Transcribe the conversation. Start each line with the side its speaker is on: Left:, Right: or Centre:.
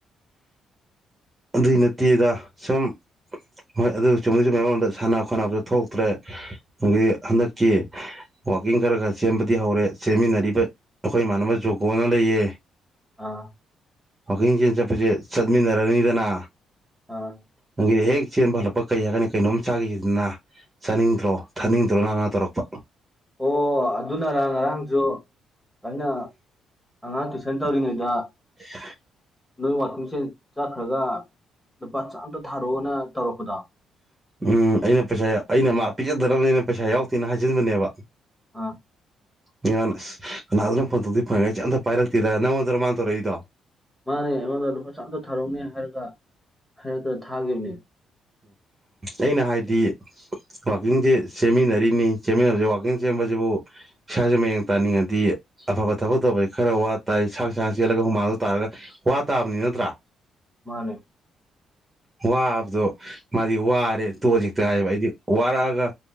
Right: ꯑꯗꯨꯏ ꯅꯠꯇꯦꯗ ꯁꯨꯝ ꯍꯣꯏ ꯑꯗꯨ ꯆꯨꯝꯃꯤꯁꯨ ꯃꯌꯥꯝ ꯑꯃꯝꯗ ꯁꯥꯟꯅ ꯈꯣꯠꯅꯕꯁꯨ ꯊꯣꯛꯇ꯭ꯔꯦ ꯑꯗꯒꯤ ꯍꯟꯗꯛꯀꯤ ꯋꯥꯋꯀꯤꯡ ꯈꯔ ꯈꯔ ꯁꯦꯝꯕꯗꯤ ꯍꯧꯔꯦ ꯆ ꯁꯦꯝꯃꯤꯟꯅꯔꯤꯕ ꯑꯩꯈꯣꯏ ꯏꯃꯥꯟꯅꯕ ꯖꯨꯒꯣꯅ ꯂꯩꯌꯦ
Centre: ꯑꯥ
Right: ꯋꯥꯥꯛꯀꯤꯡ ꯆꯦꯟ ꯆꯠꯄꯁꯦ ꯆꯠꯃꯤꯟꯅꯔꯅꯤꯗꯅ
Centre: ꯑ
Right: ꯅꯪꯒꯤ ꯍꯦꯛ ꯆꯦꯟꯕ ꯍꯜꯂꯛꯄ ꯀꯩ ꯍꯥꯏꯔꯀꯅꯤ ꯀꯩꯅꯣꯝ ꯆꯥꯈꯤꯁꯤꯗꯅ ꯆꯥꯅꯤꯡꯗ꯭ꯔꯣ ꯊꯥꯅꯤꯡꯗ꯭ꯔꯣ ꯅꯪꯅꯥ ꯇꯧꯔꯛꯄ
Centre: ꯑꯣ ꯑꯗꯨꯅꯔꯥꯡ ꯉꯔꯥꯡꯁꯨ ꯑꯩꯅ ꯑꯉꯥꯡ ꯇꯨꯏꯁꯟ ꯇꯧꯔꯤꯉꯩꯗ
Right: <inaudible>
Centre: ꯅꯣꯏ ꯋꯥꯀꯤꯡꯁꯦ ꯆꯠꯈ꯭ꯔꯒ ꯂꯨꯄꯥ ꯆꯥꯝꯇ ꯊꯥꯔꯛꯑꯣꯅ ꯇꯧꯔꯛꯄꯗꯣ
Right: ꯎꯝ ꯑꯩꯅ ꯄꯩꯁꯥ ꯑꯩꯅ ꯃꯥ ꯄꯤꯖꯗꯅꯕꯅꯤꯅ ꯄꯩꯁꯥ ꯌꯥꯎꯗꯦꯅ ꯍꯥꯏꯖꯤꯟꯕꯅꯦꯕ
Centre: ꯑꯥ
Right: ꯉ ꯀꯅꯥꯗꯅ ꯐꯪꯗꯗꯤ ꯐꯪꯉꯦ ꯏꯆꯦ ꯑꯝꯇ ꯄꯥꯏꯔꯛꯇꯦꯗ ꯅꯪꯉꯣꯟꯗ꯭ꯔꯥ ꯃꯥꯥꯟ ꯇꯧꯔꯛꯏꯗꯣ
Centre: ꯃꯥꯅꯦ ꯑꯩꯉꯣꯟꯗ ꯂꯨꯄꯥ ꯆꯥꯝꯇ ꯊꯥꯔꯛꯅꯤ ꯍꯥꯏꯔꯒ ꯍꯥꯏꯔꯛꯇꯅ ꯊꯥꯈꯤꯕꯅꯦ
Right: ꯑꯩꯅ ꯍꯥꯏꯗꯤ ꯋꯥꯋꯥꯛꯀꯤꯡꯁꯦ ꯁꯦꯝꯃꯤꯟꯅꯔꯤꯅꯤ ꯁꯦꯝꯃꯤꯟꯅꯕꯁꯦ ꯋꯥꯋꯥꯛꯀꯤꯡ ꯁꯦꯝꯕꯁꯤꯕꯨ ꯏꯁꯥꯁꯦ ꯃꯌꯦꯡ ꯇꯥꯅꯤꯡꯉꯗꯤ ꯑꯐꯕ ꯊꯕꯛ ꯇꯧꯕꯁꯤ ꯈꯔ ꯋꯥ ꯇꯥꯏ ꯁꯥꯡ ꯁꯥꯡ ꯆꯦꯜꯂꯒ ꯍꯨꯃꯥꯡꯗ ꯇꯥꯔꯒ ꯋꯥ ꯇꯥꯕꯅꯤ ꯅꯠꯇ꯭ꯔꯥ
Centre: ꯃꯥꯅꯦ
Right: ꯋꯥꯕꯗꯣ ꯃꯥꯗꯤ ꯋꯥꯔꯦ ꯇꯣꯖꯤꯦꯛꯇ ꯍꯥꯏꯕ ꯑꯩꯗꯤ ꯋꯥꯔꯛꯑꯒ